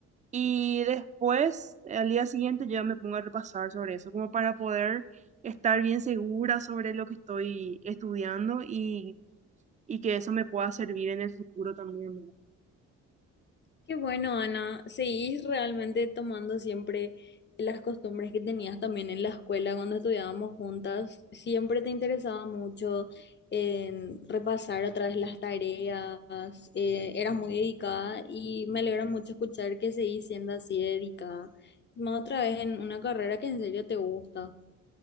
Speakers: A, on the right; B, on the left.
A: Y después, al día siguiente, yo ya me pongo a repasar sobre eso, como para poder estar bien segura sobre lo que estoy estudiando y, y que eso me pueda servir en el futuro también, ¿verdad?
B: Qué bueno, Ana. Seguís realmente tomando siempre las costumbres que tenías también en la escuela cuando estudiábamos juntas. Siempre te interesaba mucho en repasar otra vez las tareas. eh, eras muy dedicada y me alegra mucho escuchar que seguís siendo así de dedicada. Más otra vez en una carrera que en serio te gusta.